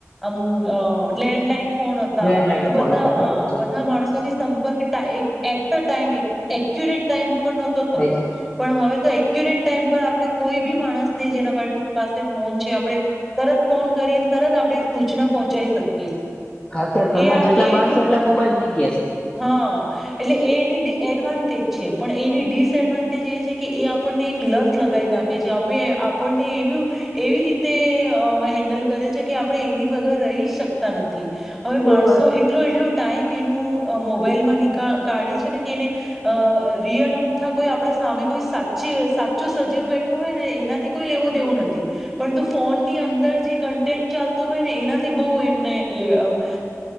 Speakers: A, in the centre; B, on the left.
A: અમ લેન્ડલાઈન ફોન હતા,
B: લેન્ડલાઈન
A: તો બધા
B: ફોન હતા
A: હા
B: બરાબર છે
A: બધા માણસોથી સંપર્ક ટ એટ અ ટાઈમ એ એક્યુરેટ ટાઈમ પણ નહતો થતો
B: થઈ
A: પણ હવે તો એક્યુરેટ ટાઈમ પર આપ આપડે કોઈ બી માણસને જેના પાસે ફોન છે, આપણે તરત ફોન કરીને તરત આપણેે સૂચના પહોંચાઈ શકીએ છ
B: અત્યારે ઘરમાં
A: એ હા
B: જેટલા
A: એ એની
B: માણસો એટલા મોબાઈલ થઈ ગયા
A: હાં એટલે એ એની ડિ એડવાન્ટેજ છે, પણ એની ડિસએડવાન્ટ જે એ છે કે એ આપણને એક લત લગાઈ નાંખે છે, આપે આપણને એવુ એવી રીતે અ હેન્ડલ કરે છે કે આપણે એની વગર રહી જ શકતા નથી. હવે
B: છે
A: માણસો એટલું એટલું ટાઈમ એનું મોબાઈલમાં નીકા કાઢે છેને કે એને અ રિયલ અમથા કોઈ આપડા સામે કોઈ સાચી સાચો સજીવ બેઠો હોય ને એનાથી કોઈ લેવું દેવું નથી, પરંતુ ફોનની અંદર જે કન્ટેન્ટ ચાલતું હોય ને એનાથી બઉ એમને લેવ